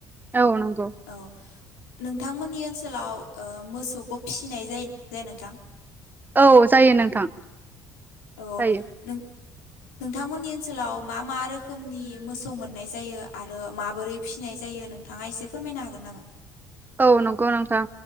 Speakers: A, on the right (about 20°); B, on the left (about 70°).
A: औ नंगौ
B: औ नोंथांमोननि ओनसोलाव ओ मोसौखौ फिनाय जायो ना जाया नोंथां।
A: औ जायो नोंथां
B: औ
A: जायो
B: नों नोंथांमोननि ओनसोलाव मा मा रोखोमनि मोसौ मोननाय जायो आरो माबोरै फिसिनाय जायो नोंथाङा एसे फोरमायनो हागोन नामा
A: औ नंगौ नोंथां